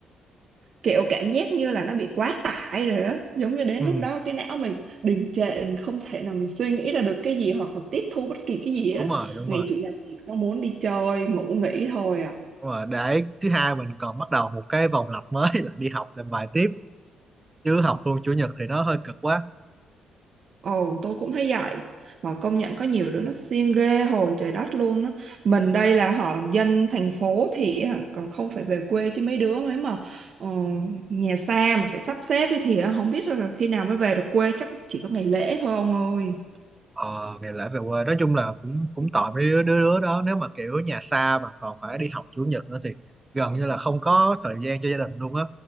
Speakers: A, on the right (about 55°); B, on the right (about 20°).
A: kiểu cảm giác như là nó bị quá tải rồi á giống như đến
B: ừ,
A: lúc đó cái não mình đình trệ mình không thể nào mình suy nghĩ ra được cái gì hoặc là tiếp thu bất kỳ cái gì
B: đúng
A: đó
B: rồi đúng
A: ngày
B: rồi
A: chủ nhật chỉ có muốn đi chơi ngủ nghỉ thôi à
B: đúng rồi để thứ hai mình còn bắt đầu một cái vòng lặp mới là đi học làm bài tiếp chứ học luôn chủ nhật thì nó hơi cực quá
A: ồ tôi cũng thấy vậy mà công nhận có nhiều đứa nó siêng ghê hồn trời đất luôn á mình đây là họ dân thành phố thì hả, còn không phải về quê chứ mấy đứa mấy mà ờ, nhà xa mà phải sắp xếp ấy thì hả, không biết là khi nào mới về được quê chắc chỉ có ngày lễ thôi ông ơi
B: ờ, ngày lễ về quê nói chung là cũng cũng tội mấy đứa đứa đứa đó nếu mà kiểu nhà xa mà còn phải đi học chủ nhật nữa thì gần như là không có thời gian cho gia đình luôn á